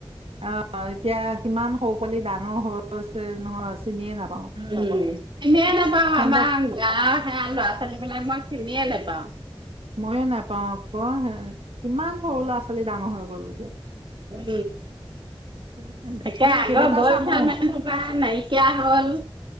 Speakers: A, on the right (about 80°); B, on the right (about 55°).
A: অ এতিয়া কিমান সৰু পোৱালি ডাঙৰ আ হৈছে নহয় চিনিয়ে নাপাওঁ
B: উ চিনিয়ে নাপাও
A: সিহঁতক
B: আমাৰ গা স লৰা ছোৱালী বিলাক মই চিনিয়ে নাপাওঁ। পাওঁ।
A: ময়ো নাপাও আকৌ কিমান সৰু ল'ৰা ছোৱালী ডাঙৰ হৈ গ'ল এতিয়া।
B: উম
A: এতিয়া
B: তাকে আগৰ
A: কেইবেটা
B: বয়সীয়াল
A: চামো
B: মানুহ সোপা নাইকিয়া হ'ল।